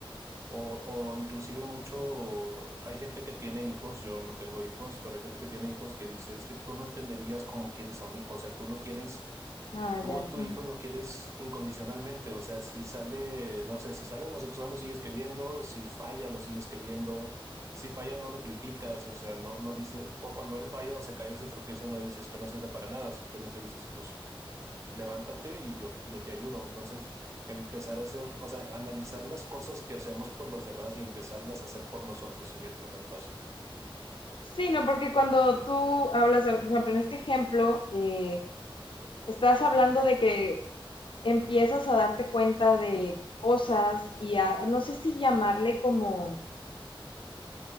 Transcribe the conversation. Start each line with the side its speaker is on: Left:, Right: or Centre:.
Right: O, o inclusive mucho, hay gente que tiene hijos, yo no tengo hijos, pero hay gente que tiene hijos que dice, es que tú no entenderías cómo quieres a un hijo, o sea, tú lo quieres,
Left: Ah,
Right: tú
Left: ya.
Right: a tu hijo lo quieres incondicionalmente, o sea, si sale, no sé, si sale homosexual lo sigues queriendo, si falla lo sigues queriendo, si falla no lo criticas, o sea, no, no dice, cu- cuando él falla o se cae o se tropieza, no dices que no sirve para nada, simplemente dices, pues levántate y yo, yo te ayudo. Entonces, empezar a hacer, o sea, analizar las cosas que hacemos por los demás y empezarlas a hacer por nosotros sería el primer paso.
Left: Sí, no, porque cuando tú hablas, por ejemplo, en este ejemplo, eh, estás hablando de que empiezas a darte cuenta de cosas y a, no sé si llamarle como,